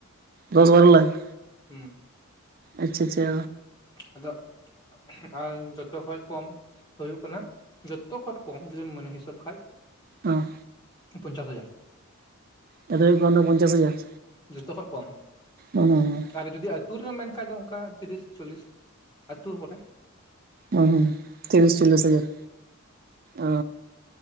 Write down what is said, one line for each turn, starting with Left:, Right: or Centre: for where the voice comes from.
Right: ᱫᱚᱥ ᱵᱟᱨᱚ ᱞᱟᱠᱷ?
Left: ᱦᱩᱸ
Right: ᱟᱪᱪᱷᱟ ᱟᱪᱪᱷᱟ᱾
Left: ᱟᱫᱚ, ᱟᱨ ᱡᱚᱛᱚ ᱠᱷᱚᱡ ᱠᱚᱢ ᱫᱚ ᱦᱩᱭᱩᱜ ᱠᱟᱱᱟ, ᱡᱚᱛᱚ ᱠᱷᱚᱱ ᱠᱚᱢ ᱡᱩᱚᱫᱤᱢ ᱢᱟᱱᱮ ᱦᱤᱥᱟᱹᱵ ᱠᱷᱟᱡ
Right: ᱚ᱾
Left: ᱯᱚᱧᱪᱟᱥ ᱦᱟᱡᱟᱨ᱾
Right: ᱡᱷᱚᱛᱚ ᱠᱷᱚᱡ ᱠᱚᱢ ᱫᱚ ᱯᱚᱧᱪᱟᱥ ᱦᱟᱡᱟᱨ?
Left: ᱡᱚᱛᱚ ᱠᱷᱚᱡ ᱠᱚᱢ
Right: ᱚ ᱦᱩᱸ
Left: ᱟᱨ ᱡᱩᱫᱤ ᱟ ᱛᱩ ᱨᱮᱢ ᱢᱮᱱ ᱠᱷᱟᱱᱡ ᱫᱚ ᱚᱱᱠᱟ ᱛᱤᱨᱤᱥ ᱪᱚᱞᱞᱤᱥ, ᱟᱹᱛᱩ ᱠᱚᱨᱮ᱾
Right: ᱚ ᱦᱚᱸ ᱛᱨᱤᱥ ᱪᱚᱞᱞᱤᱥ ᱦᱟᱡᱟᱨ? ᱚ